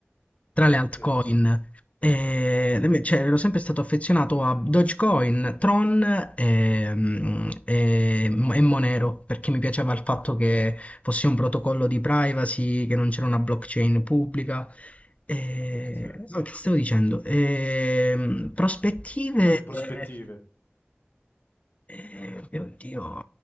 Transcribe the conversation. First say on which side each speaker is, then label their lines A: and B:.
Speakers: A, on the left; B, on the left.
A: tra le altcoin.
B: sì,
A: E, e, cioè, ero sempre stato affezionato a Dogecoin, Tron ehm, e, e Monero perché mi piaceva il fatto che fosse un protocollo di privacy, che non c'era una blockchain pubblica. E,
B: sì,
A: no, che stavo dicendo? Ehm, prospettive.
B: dalle prospettive.
A: eh, eh, eh, oddio,